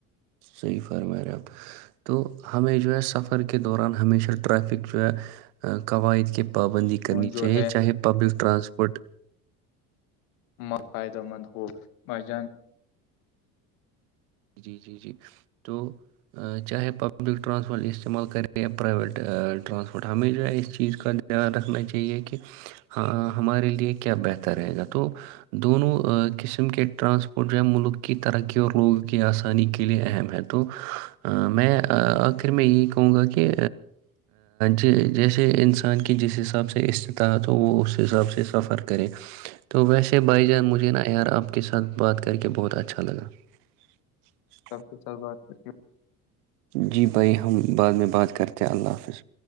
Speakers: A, on the right; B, on the left.
A: صحیح فرما رہے آپ تو ہمیں جو ہے سفر کے دوران ہمیشہ ٹریفک جو ہے قواعد کے پابندی کرنی
B: جو
A: چاہیے
B: ہے
A: چاہے پبلک ٹرانسپورٹ
B: م فائدہ مند ہو مج
A: جی جی جی تو چاہے پبلک رانسپورٹ استعمال کرےیا پراویٹ رانسپورٹ ہمیشہ اس چیز کا خیاان رکھنا چاہیے کہ ہاں ہمارے لیے کیا بہتر رہے گا تو دونوں قسم کے ٹرانسپورٹ جو ہے ملک کی ترقی اور لوگ کی آسانی کے لیے اہم ہے تو میں آخر میں یہی کہوں گا کہ ج جیسے انسان کی جس حساب سے استطاعت ہو وہ اس حساب سے سفر کرے تو ویسے بائی جان مجھے نا یار آپ کے ساتھ بات کر کے بہت اچھا لگا <inaudible>
B: کاف کے ساتھ بات کر کے
A: جی بھائی ہم بعد میں بات کرتے ہیں اللہ حافظ